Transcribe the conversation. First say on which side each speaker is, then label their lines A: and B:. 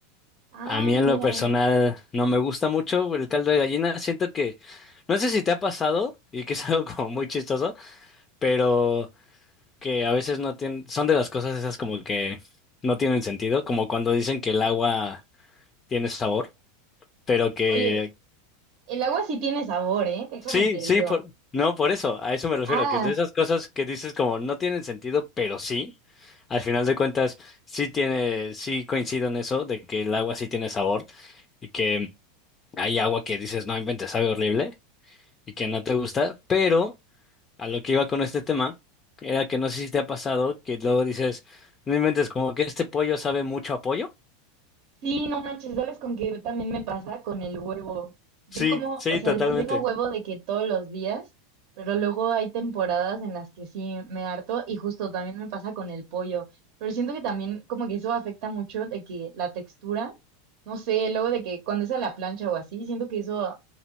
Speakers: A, on the left; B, on the right.
A: A
B: Ah,
A: mí en
B: mira.
A: lo personal no me gusta mucho el caldo de gallina, siento que, no sé si te ha pasado y que es <laughs> algo como muy chistoso, pero que a veces no tienen, son de las cosas esas como que no tienen sentido, como cuando dicen que el agua tiene sabor, pero que
B: Oye, el agua sí tiene sabor, ¿eh? Déjame
A: Sí,
B: te
A: sí,
B: digo.
A: por- no, por eso, a eso me refiero,
B: Ah,
A: que de esas cosas que dices como no tienen sentido, pero sí, al final de cuentas, sí tiene, sí coincido en eso, de que el agua sí tiene sabor y que hay agua que dices, no inventes, sabe horrible y que no te gusta, pero a lo que iba con este tema era que no sé si te ha pasado que luego dices, no inventes, como que este pollo sabe mucho a pollo.
B: sí, no manches, ¿sabes con qué también me pasa? Con el huevo. Yo
A: Sí,
B: como,
A: sí,
B: o sea,
A: totalmente.
B: desayuno huevo de que todos los días, pero luego hay temporadas en las que sí me harto y justo también me pasa con el pollo. Pero siento que también como que eso afecta mucho de que la textura, no sé, luego de que cuando es a la plancha o así, siento que eso,